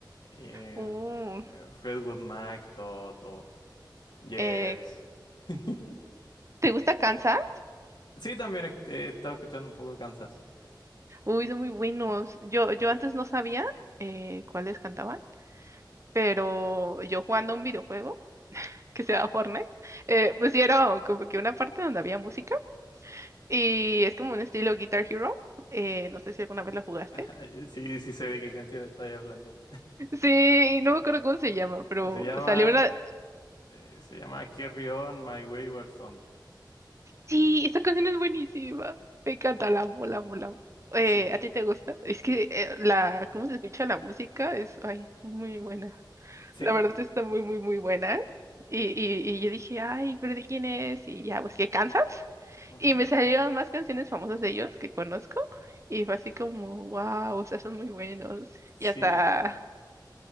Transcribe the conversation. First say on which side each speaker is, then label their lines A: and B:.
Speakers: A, on the left; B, on the right.
A: eh,
B: Uh,
A: eh, Fleetwood Mac, todo, todo. Yes.
B: eh,
A: <laughs>
B: ¿te gusta Kansas?
A: Sí, también he, he estado escuchando un poco Kansas.
B: Uy, son muy buenos. Yo, yo antes no sabía eh, cuáles cantaban, pero yo jugando un videojuego <laughs> que se llama Fortnite, eh, pusieron como que una parte donde había música y es como un estilo Guitar Hero. Eh, no sé si alguna vez la jugaste.
A: <laughs> Sí, sí sé de qué canción estáis hablando.
B: Sí, no me acuerdo cómo se llama,
A: Eh,
B: pero
A: Se llama,
B: salió una...
A: eh, se llama Carry On My Wayward Son.
B: Sí, esta canción es buenísima. Me encanta, la amo, la amo, la amo. Eh,
A: Sí,
B: ¿a ti te gusta? Es que eh, la... cómo se escucha la música es, ay, muy buena.
A: sí,
B: La verdad está muy, muy, muy buena. Y, y, y yo dije, ay, pero ¿de quién es? Y ya, pues, ¿qué, Kansas?
A: ujú,
B: Y me salieron más canciones famosas de ellos que conozco. Y fue así como, wow, o sea, son muy buenos.
A: sí,
B: Y hasta